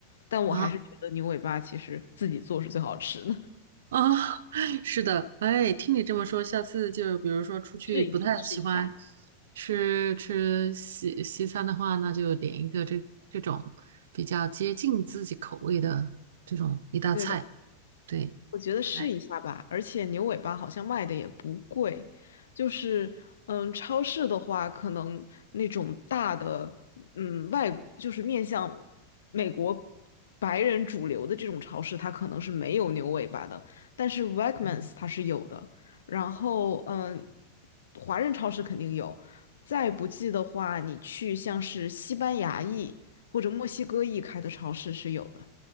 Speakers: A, on the left; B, on the right.
A: 但我还是觉得牛尾巴其实自己做是最好吃的，
B: 啊。啊，<laughs> 是的，哎，听你这么说，下次就比如说出去不太喜欢
A: <laughs> 试一下试一下。
B: 吃吃西西餐的话，那就点一个这这种比较接近自己口味的这种一道菜。
A: 对的。
B: 对，
A: 我觉得试一下吧，
B: 哎，
A: 而且牛尾巴好像卖的也不贵，就是嗯，超市的话，可能那种大的，嗯，外就是面向美国白人主流的这种超市，它可能是没有牛尾巴的，但是 Wegmans 它是有的，然后嗯，华人超市肯定有，再不济的话，你去像是西班牙裔或者墨西哥裔开的超市是有的，